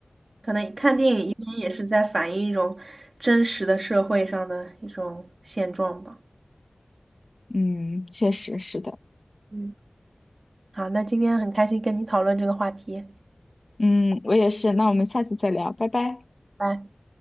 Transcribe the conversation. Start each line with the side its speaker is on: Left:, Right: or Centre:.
Right: 可能看电影一边也是在反映一种真实的社会上的一种现状吧。
Left: 嗯，确实是的。
Right: 嗯，好，那今天很开心跟你讨论这个话题。
Left: 嗯，我也是。那我们下次再聊，拜拜。
Right: 拜。